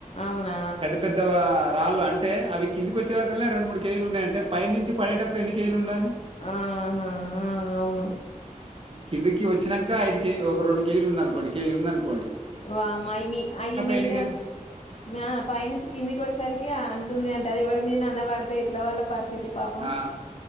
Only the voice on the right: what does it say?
పెద్ద పెద్ద రాళ్ళు అంటే అవి కిందికి వచ్చే వరకన్లే రెండు మూడు కేజీలున్నాయంటే పైన్ నుంచి పడేటప్పుడు ఎన్ని కేజీలు ఉండాలి
కిందకి వచ్చానక ఐదు ఒక రెండు కేజీలు ఉందనుకోండి కేజీ ఉందనుకో
ఎన్ని కేజీలు
ఆ